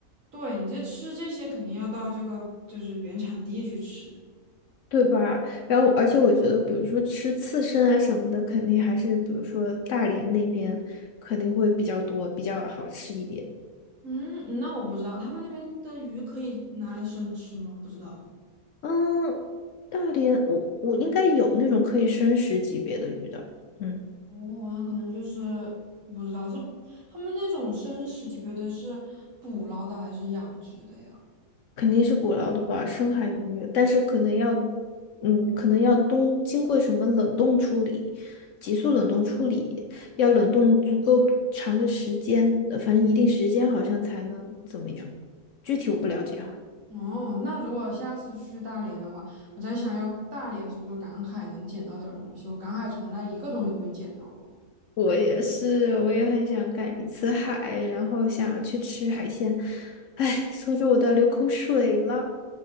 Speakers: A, on the right; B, on the left.
A: 对，你这吃这些肯定要到这个就是原产地去吃。
B: 对吧？然后，而且我觉得，比如说吃刺身啊什么的，肯定还是比如说大连那边肯定会比较多，比较好吃一点。
A: 嗯，那我不知道他们那边的鱼可以拿来生吃吗？不知道。
B: 嗯，大连我我应该有那种可以生食级别的鱼的，嗯，
A: 哦，那可能就是不知道是他们那种生食级别的是捕捞的还是养殖的呀？
B: 肯定是捕捞的吧，深海鱼，但是可能要，嗯，可能要冬经过什么冷冻处理，急速冷冻处理，要冷冻足够长的时间，呃反正一定时间好像才能怎么样，具体我不了解哈。
A: 哦，那如果下次去大连的话，我在想要大连是不是赶海能捡到点儿东西？我赶海从来一个东西都没捡到过。
B: 我也是，我也很想赶一次海，然后想去吃海鲜。哎，说着我都流口水了。